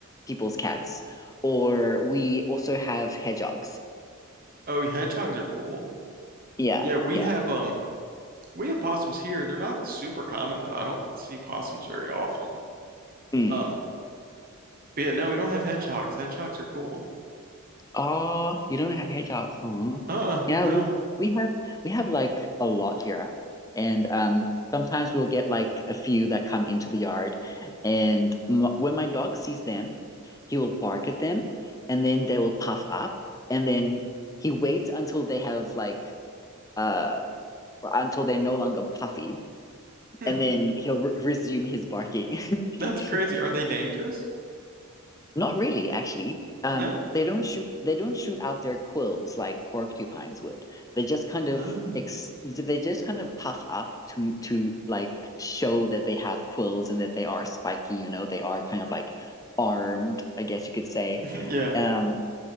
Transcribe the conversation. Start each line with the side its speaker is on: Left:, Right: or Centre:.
Left: people's cats, or we also have hedgehogs.
Right: Oh, hedgehogs are cool.
Left: Yeah,
Right: Yeah, we
Left: yeah.
Right: have um we have possums here. They're not super common though. I don't see possums very often.
Left: Mm.
Right: Um But yeah, no, we don't have hedgehogs. Hedgehogs are cool.
Left: Oh, you don't have hedgehogs. Oh,
Right: Uh-uh,
Left: yeah.
Right: no.
Left: We we have we have like a lot here, and um, sometimes we'll get like a few that come into the yard, and m when my dog sees them, he will bark at them, and then they will puff up, and then he waits until they have like uh until they're no longer puffy,
Right: Hmm,
Left: and then he'll re resume his barking. <laughs>
Right: that's crazy. Are they dangerous?
Left: Not really, actually. Um,
Right: No?
Left: they don't shoot they don't shoot out their quills like porcupines would. They just kind of
Right: Ah,
Left: ex they just kind of puff up to to like show that they have quills and that they are spiky, you know, they are kind of like armed, I guess you could say.
Right: <laughs> yeah.
Left: Um,